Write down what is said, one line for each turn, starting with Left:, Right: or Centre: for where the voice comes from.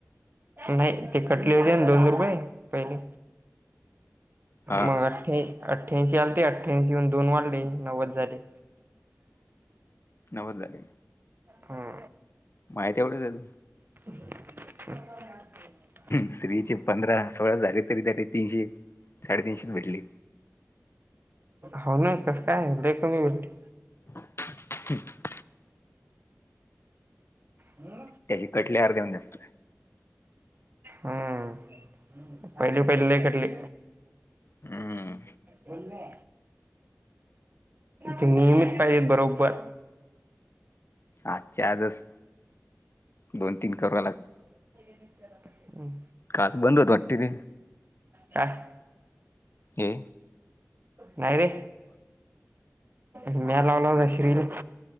Right: नाही ते कटले होते दोन रुपये पहिले.
Left: हा
Right: मग
Left: हा
Right: अठ्ठ अठ्ठ्यांशी आलेते अठ्ठ्यांशीून दोन वाढले नव्वद झाले.
Left: नव्वद झाले.
Right: हा.
Left: माझे तेवढेच आहेत.
Right: हहहं.
Left: स्त्रीचे पंधरा सोळा झाले तरी त्या तीनशे साडेतीनशेच भेटली.
Right: हो ना कसं काय देतो मी ब
Left: हं.. ट्... ्हं <unintelligible>
Right: हम्.
Left: त्याची कटले अर्धेहून जास्त.
Right: हम्म पहिली पहिले लई कटले.
Left: हम्म
Right: बोलले. थे नियमित पाहिजे बरोबर.
Left: आजच्या आजच दोन तीन करावा लागेल.
Right: हम्म.
Left: काल बंद होत वाटते ते
Right: काय
Left: ये
Right: नाही रे म्या लावला होता श्री ले.